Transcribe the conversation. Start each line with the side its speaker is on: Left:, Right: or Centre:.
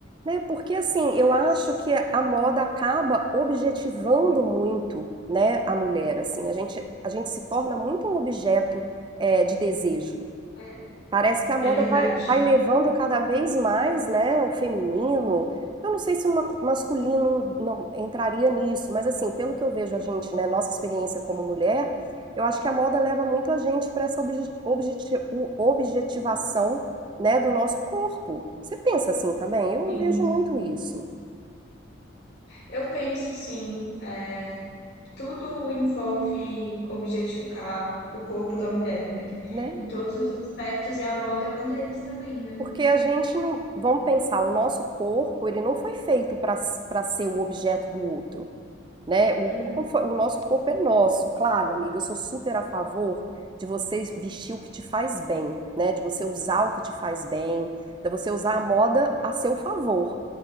Right: né? Porque assim
Left: Mas
Right: eu acho que a moda acaba objetivando muito, né? A mulher assim, a gente a gente se torna muito um objeto é, de desejo.
Left: é,
Right: Parece que a É moda
Left: é verdade.
Right: vai, verdade. vai levando cada vez mais, né, o feminino. Eu não sei se o ma- masculino não entraria nisso, mas assim, pelo que eu vejo a gente, né, nossa experiência como mulher, eu acho que a moda leva muito a gente para essa obje- objeti- o- objetivação, né, do nosso corpo. Você pensa assim também? Eu
Left: Sim.
Right: vejo muito isso,
Left: Eu penso, sim, é, tudo envolve objetificar o corpo da mulher, né?
Right: né?
Left: Em todos os aspectos, e a moda é um deles também, né?
Right: Porque a gente não, vamos pensar, o nosso corpo, ele não foi feito para para ser o objeto do outro. né? O
Left: Uhum.
Right: corpo foi- o nosso corpo é nosso, claro, amiga. Eu sou super a favor de você vestir o que te faz bem, né? De você usar o que te faz bem, de você usar a moda a seu favor.